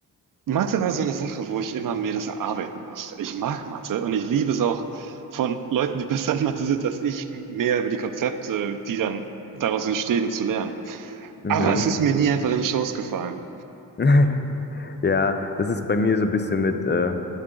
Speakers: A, on the right (about 55°); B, on the left (about 25°).
A: Mathe war so eine Sache, wo ich immer mir das erarbeiten musste. Ich mag Mathe und ich liebe es auch von Leuten, die besser in Mathe sind als ich, mehr über die Konzepte, die dann daraus entstehen, zu lernen.
B: Mhm.
A: Aber es ist mir nie einfach in den Schoß gefallen.
B: <laughs> Ja, das ist bei mir so ein bisschen mit äh,